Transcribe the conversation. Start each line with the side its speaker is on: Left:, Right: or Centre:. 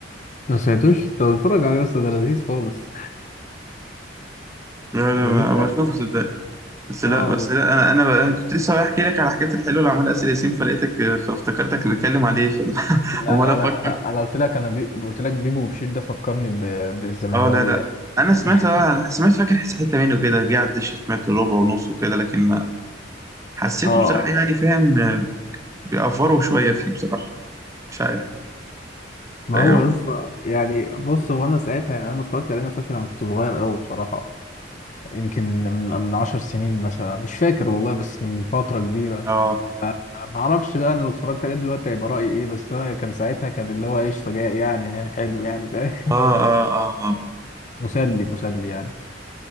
Left: ما سمعتوش طب اتفرج عليه اصلا ده لذيذ خالص
Right: لا لا
Left: <laughs> لذيذ
Right: ما
Left: أ-
Right: بشوفه صدق بس لا
Left: اه
Right: بس
Left: ده-
Right: لا انا انا, ب... أنا كنت لسه رايح احكي لك على حكايه الحلو اللي عملها اسر ياسين فلقيتك فافتكرتك نتكلم عليه ف- <laughs>
Left: لا
Right: عمال
Left: لا
Right: افكر
Left: لا انا أنا قلت لك انا بي... قلت لك بيبو وبشير ده فكرني ب... بالزمهلاويه
Right: اه لا لا انا
Left: <laughs>
Right: سمعت اه انا سمعت فاكر حته منه كده جه على الدش سمعت ربع ونص وكده لكن ما حسيته
Left: اه اه
Right: بصراحه يعني فاهم آه، بيأفروا شويه فيه بصراحه مش عارف
Left: ما
Right: فاهم
Left: هو اصلا يعني بص هو انا ساعتها يعني انا لما اتفرجت عليه انا فاكر انا كنت صغير قوي بصراحه يمكن من من 10 سنين مثلا مش فاكر والله بس من فتره كبيره
Right: اه
Left: ما اعرفش بقى انا لو اتفرجت عليه دلوقتي هيبقى رايي ايه بس انا كان ساعتها كان اللي هو قشطه جاي يعني ها- حلو يعني فاهم
Right: اه اه اه
Left: <laughs> مسلي مسلي يعني